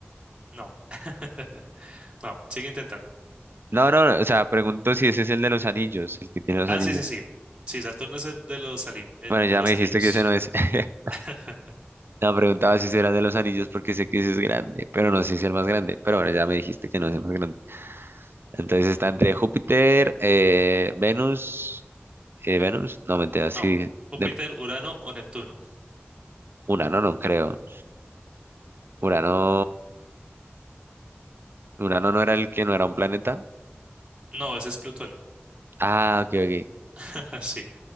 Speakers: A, on the right; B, on the right.
A: No. <laughs> No, sigue intentando.
B: No, no, no, o sea, pregunto si ese es el de los anillos, el que tiene los
A: Ah,
B: anillos.
A: sí, sí, sí. Sí, Saturno es el de los, alin- el
B: Bueno, ya
A: de los
B: me dijiste
A: anillos.
B: que ese no es. <laughs>
A: <laughs>
B: No, preguntaba si ese era el de los anillos porque sé que ese es grande, pero no sé si es el más grande. Pero bueno, ya me dijiste que no es el más grande. Entonces está entre Júpiter, eh, Venus, eh, Venus, no mentira, sí,
A: No, Júpiter,
B: Nep-
A: Urano o Neptuno.
B: Urano no creo. Urano, Urano no era el que no era un planeta.
A: No, ese es Plutón.
B: Ah, ok, ok.
A: <laughs> Sí.